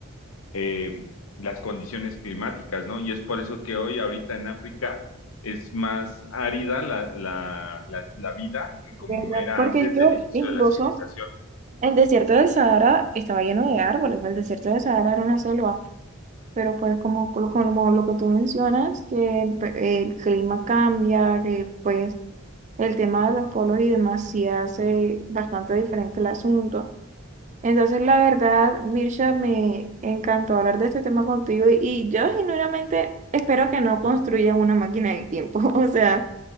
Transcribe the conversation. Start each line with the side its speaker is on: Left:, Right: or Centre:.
Left: eh, las condiciones climáticas, ¿no? Y es por eso que hoy, ahorita en África, es más árida la, la, la, la vida que como
Right: de ¿verdad?
Left: era
Right: Porque
Left: antes
Right: es que
Left: del inicio
Right: incluso
Left: de la civilización.
Right: el desierto del Sahara estaba lleno de árboles, el desierto del Sahara era una selva, pero pues como, lo- como lo que tú mencionas, que pe- el clima cambia, que pues el tema de los polos y demás sí hace bastante diferente el asunto. Entonces, la verdad, Mirsha, me encantó hablar de este tema contigo y yo genuinamente espero que no construyan una máquina del tiempo, <laughs> o sea...